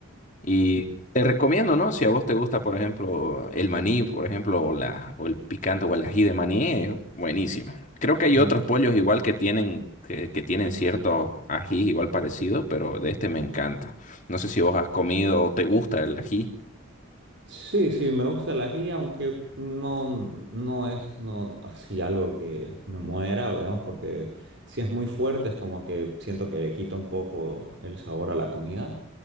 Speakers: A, on the left; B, on the right.
A: Y te recomiendo, ¿no? Si a vos te gusta, por ejemplo, el maní, por ejemplo, o, la, o el picante o el ají de maní, es buenísimo. Creo que hay
B: Ujú.
A: otros pollos igual que tienen, que, que tienen ciertos ajís igual parecidos, pero de este me encanta. No sé si vos has comido o te gusta el ají.
B: Sí, sí, me gusta la guía, aunque no, no es no, así algo que me muera, digamos, porque si es muy fuerte es como que siento que le quita un poco el sabor a la comida.